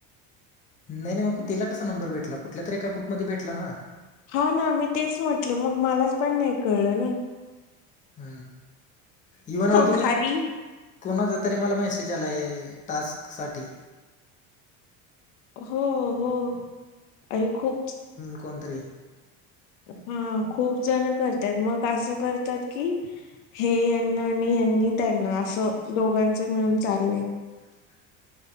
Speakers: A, on the left; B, on the left.
A: नाही नाही मग तेला कसा नंबर भेटला कुठल्या तररी एका ग्रुप मध्ये भेटला ना
B: हा ना मी तेच म्हटल मग मलाच पण नाही कळलं ना
A: ह इव्हन आधुून
B: भारी
A: कोणाचा तरी मला मेसेज टास्क साठी
B: हो हो अआणि खूप
A: एकोणत्र्री
B: हा खूप जण करतात मग असं करतात की हेना त्यांनी त्यांना असं दोघांचे मिळून चालले
A: <inaudible>